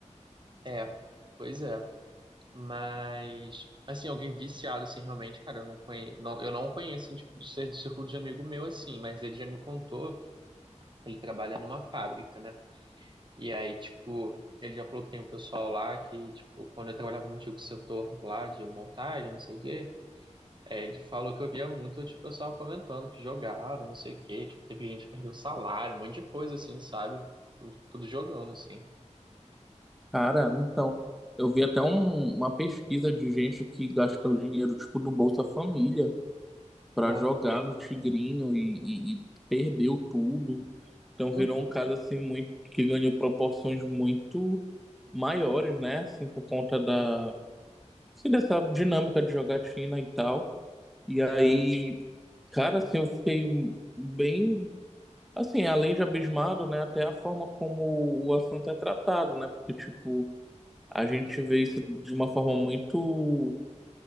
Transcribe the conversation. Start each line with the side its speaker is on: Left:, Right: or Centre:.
Right: É, pois é. Mas, assim, alguém viciado, assim, realmente, cara, eu não conheço, não, eu não conheço, assim, tipo, de ser do círculo de amigo meu, assim, mas ele já me contou que ele trabalha numa fábrica, né? E aí, tipo, ele já falou que tem um pessoal lá que, tipo, quando eu trabalhava no antigo setor lá de montagem, não sei o quê. É, ele falou que eu via muito, tipo, o pessoal comentando que jogava, não sei o quê. Tipo, teve gente que perdeu salário, um monte de coisa, assim, sabe? Tipo, tudo jogando, assim.
Centre: Cara, então, eu vi até um- uma pesquisa de gente que gasta o dinheiro, tipo, do Bolsa Família pra
Right: É.
Centre: jogar no Tigrinho e, e- e perdeu tudo. Então
Right: Uhum.
Centre: virou um caso, assim, muito, que ganhou proporções muito maiores, né? Assim, por conta da, assim, dessa dinâmica de jogatina e tal. E aí,
Right: Sim.
Centre: cara, assim, eu fiquei bem, assim, além de abismado, né? Até a forma como o assunto é tratado, né? Porque, tipo... A gente vê isso de uma forma muito,